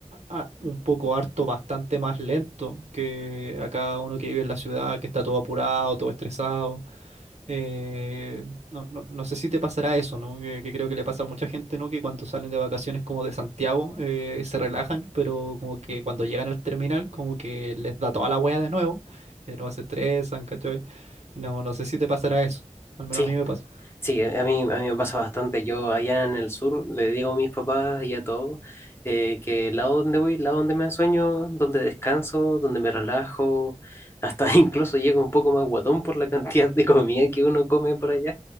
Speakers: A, on the right; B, on the left.
A: a- un poco harto, bastante más lento que acá uno que vive en la ciudad, que está todo apurado, todo estresado. Eh, no, no, no sé si te pasará eso, ¿no? Que, que creo que le pasa a mucha gente, ¿no? Que cuando salen de vacaciones como de Santiago, eh, se relajan, pero como que cuando llegan al terminal, como que les da toda la wea de nuevo, y de nuevo se estresan, ¿cachai? No, no sé si te pasará eso, al menos
B: sí,
A: a mí me pasa.
B: Sí, a mí, a mí me pasa bastante. Yo allá en el sur le digo a mis papás y a todos eh, que el lado donde voy, el lado donde me sueño, donde descanso, donde me relajo, hasta <laughs> incluso llego un poco más guatón por la cantidad de comida que uno come por allá.